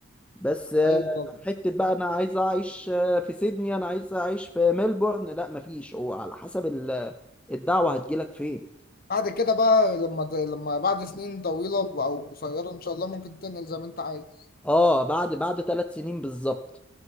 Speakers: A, in the centre; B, on the left.
A: بس آه،
B: ايوه طبعا
A: حتة بقى أنا عايز أعيش آه، في سيدني أنا عايز أعيش في ملبورن لا مفيش هو على حسب ال- الدعوة هتجيلك فين
B: بعد كده بقى لما لما بعد سنين طويلة او قصيرة ان شاء الله ممكن تنقل زي ما انت عايز
A: اه بعد بعد ثلاث سنين بالظبط